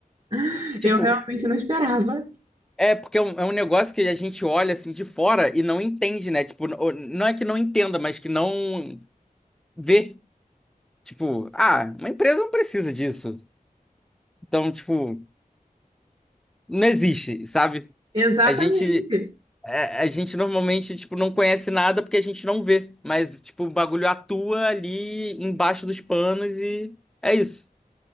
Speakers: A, on the right (about 35°); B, in the centre.
A: <laughs>
B: Tipo,
A: Eu realmente não esperava.
B: é porque é um, é um negócio que a gente olha assim de fora e não entende, né? Tipo, n- ou- não é que não entenda, mas que não. ver, tipo, ah, uma empresa não precisa disso. Então, tipo, não existe, sabe?
A: Exatamente.
B: A gente a, a gente normalmente, tipo, não conhece nada porque a gente não vê, mas tipo, o bagulho atua ali embaixo dos panos e é isso.